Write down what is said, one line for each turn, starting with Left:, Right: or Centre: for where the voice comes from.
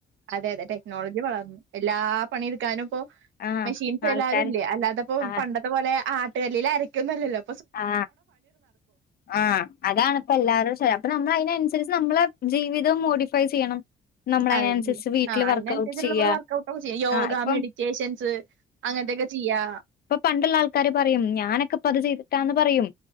Right: അതെ അതെ ടെക്നോളജി വളർന്നു എല്ലാ പണിടുക്കാനും ഇപ്പൊ
Left: ആഹ്
Right: മെഷീൻസ്
Left: ആൾക്കാര്
Right: എല്ലാരും ഇല്ലേ അല്ലാതപ്പോ
Left: ആഹ്
Right: പണ്ടത്തെ പോലെ ആട്ടുകല്ലൽ അരക്കൊന്നുംല്ലല്ലോ
Left: ആ ആ അതാണ്പ്പ എല്ലാരും ശരി അപ്പൊ നമ്മൾ അതിനനുസരിച്ച് നമ്മള ജീവിതം മോഡിഫൈ ചെയ്യണം നമ്മൾ
Right: അതെ
Left: അതിനനുസരിച്ച് വീട്ടില്
Right: ആ അതിനനുസരിച്ചുള്ള
Left: വർക്കഔട്ട് ചെയ്യാ
Right: നമ്മള് വർക്ക്ഔട്ട ഒക്കെ ചെയ്യ യോഗ
Left: ആഹ് ഇപ്പം
Right: മെഡിറ്റേഷൻസ് അങ്ങനത്തെ എന്തൊക്കെ ചെയ്യാ
Left: അപ്പൊ പണ്ടുള്ള ആൾക്കാര് പറയും ഞാനൊക്കെ ഇപ്പ അത് ചെയ്തിട്ടാന്ന് പറയും